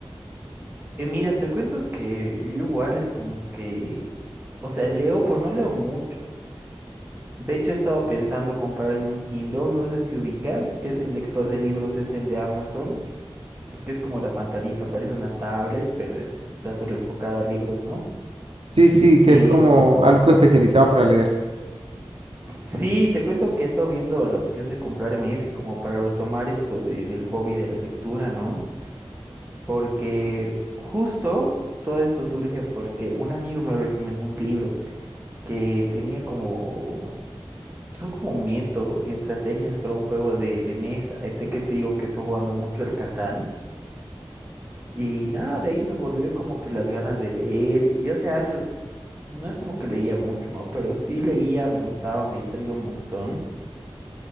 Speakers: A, on the right; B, on the right.
A: Eh, mira, te cuento que yo igual es como que, o sea, leo, pero no leo mucho. De hecho, he estado pensando comprarme un Kindle, no sé si ubicas, que es el lector de libros, es el de Amazon. Es que es como la pantallita, parece una tablet, pero es- está solo enfocada a libros, ¿no?
B: Sí, sí,
A: Eh,
B: que es como algo especializado para leer.
A: sí, te cuento que he estado viendo la opción de comprarme ese como para retomar esto de- del hobby de la lectura, ¿no? Porque justo todo esto surge porque un amigo me recomendó un libro que tenía como, son como métodos y estrategias para un juego de, de mesa, este que te digo que estoy jugando mucho, el Catán. Y nada, de ahí me volvió como que las ganas de leer. Y hace años, no es como que leía mucho, ¿no? Pero sí leía, me gustaba, me distraía un montón.